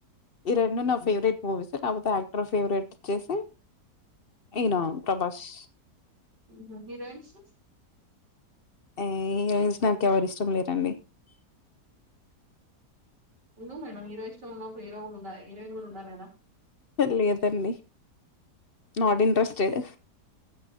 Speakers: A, on the left (about 50°); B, on the right (about 80°).
A: ఈ
B: హుహు.
A: రెండు నా ఫేవరెట్ మూవీస్ లేకపోతే యాక్టర్ ఫేవరెట్ వచ్చసి ఈయన ప్రభాస్.
B: మ్ హు హిరోయిన్స్.
A: ఏయ్ హీరోయిన్స్ నాకేవ్వరిష్టం లేరండి.
B: ఉండు మేడం హీరో ఇష్టమున్నప్పుడు హీరో కుడుండాలే హీరోయిన్ కూడా ఉండాలి కదా
A: లేదండి. Not interested.